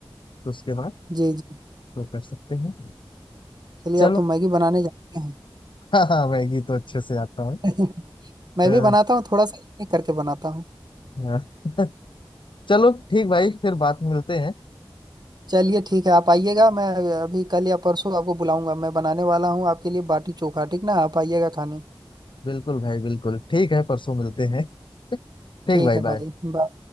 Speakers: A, on the left; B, on the right.
A: तो उसके बाद
B: जी जी
A: तो कर सकते हैं
B: चलिए
A: चलो
B: आप तो मैगी बनाने जाते हैं
A: <laughs> हाँ हाँ मैगी तो अच्छे से आता है
B: <laughs> मैं
A: अ, अ,
B: भी बनाता हूँ थोड़ा सा करके बनाता हूँ
A: <laughs> चलो ठीक भाई फिर बात मिलते हैं
B: चलिए ठीक है आप आइएगा मैं अभी कल या परसों आपको बुलाऊंगा मैं बनाने वाला हूँ आपके लिए बाटी चोखा ठीक ना आप आइएगा खाने
A: बिल्कुल भाई बिल्कुल ठीक है परसों मिलते हैं <laughs> ठीक
B: ठीक
A: भाई
B: है
A: बाय
B: भाई बाय